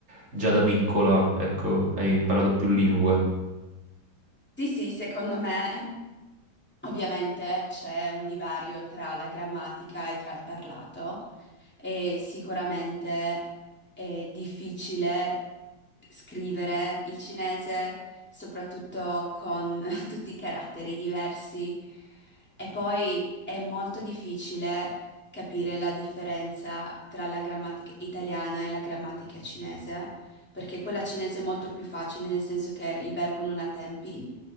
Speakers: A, on the right; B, in the centre.
A: già da piccola, ecco, hai imparato più lingue.
B: sì, sì, secondo me Ovviamente c'è un divario tra la grammatica e tra il parlato e sicuramente è difficile scrivere il cinese, soprattutto con <laughs> tutti i caratteri diversi e poi è molto difficile capire la differenza tra la grammatica italiana e la grammatica cinese, perché quella cinese è molto più facile nel senso che il verbo non ha tempi,